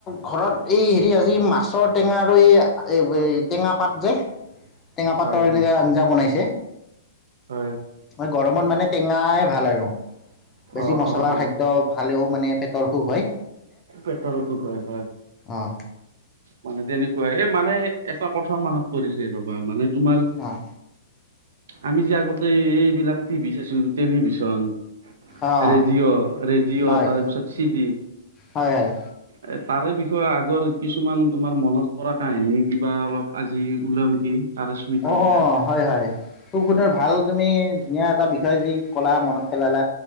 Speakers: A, on the left; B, on the right.
A: ঘৰত এই হেৰি আজি মাছৰ টেঙা আৰু এই এই টেঙা পাত যে টেঙা পাতৰ
B: হয় হয়
A: এনেকে আঞ্জা বনাইছে।
B: হয়
A: মই গৰমত মানে টেঙাই ভাল আৰু বেছি
B: অ
A: মচলাৰ
B: অ অ
A: খাদ্য। ভালেও মানে পেটৰ অসুখ হয়
B: পেটৰ অসুখ হয় হয়।
A: অহ
B: মানে তেনেকুৱাই এ মানে এটা কথা মনত পৰিছে ৰবা মানে তোমাৰ।
A: অহ
B: আমি যে আগতে এই এইবিলাক টি ভি চাইছিলোঁ টেলিভিশ্যন।
A: অ',
B: ৰেডিঅ' ৰেডিঅ'
A: হয়,
B: তাৰপিছত চি ভি
A: হয়, হয়,
B: এ তাৰে বিষয়ে আগৰ। কিছুমান তোমাৰ মনত পৰা কাহিনী কিবা অলপ আজি ওলাও নেকি। তাৰে স্মৃতিবিলাক
A: অহ। হয় হয় খুব সুন্দৰ ভাল তুমি ধুনীয়া এটা বিষয় যি ক'লা মনত পেলালা।